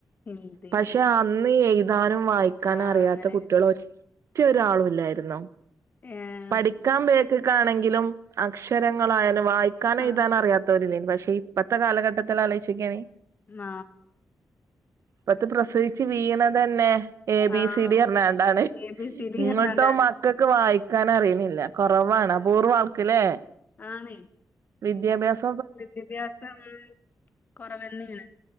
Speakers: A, on the left; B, on the right.
A: ഹിന്ദി
B: പക്ഷെ അന്ന് എഴുതാനും വായി ക്കൻ
A: ആഹ്
B: അറിയാത്ത
A: അങ്ങനെ
B: കുട്ടികള് ഒറ്റ ഒരാളില്ലായിരുന്നു.
A: ഏ
B: പഠിക്കാൻ ബേക്കുകാണെങ്കിലും അക്ഷരങ്ങളായാലും വായി വായിക്കാനും
A: ആഹ്
B: എഴുതാനും അറിയാത്തോലില്ല പക്ഷെ ഇപ്പത്തെ കാലഘട്ടത്തിൽ ഒന്ന് ആലോചിക്കാണി.
A: ആ
B: ഇപ്പ ത്ത പ്രസവിച്ചു വീഴ്‌ണതന്നെ എ ബി
A: ആഹ്
B: സി ഡി പറഞ്ഞാണ്ടാണ്
A: എ ബി സി ഡി
B: ഇങ്ങോട്ടോമക്കൾ
A: പറഞ്ഞാണ്ടാണ്
B: ക്കക്കെ വായിക്കാൻ അറിയുന്നില്ല കുറവാണ് അബൂർ വാൾക്ക്ല്ലേ
A: ആണെയ്
B: വിദ്യാഭ്യാസം
A: വിദ്യാഭ്യാസം കൊറവെന്നേണ്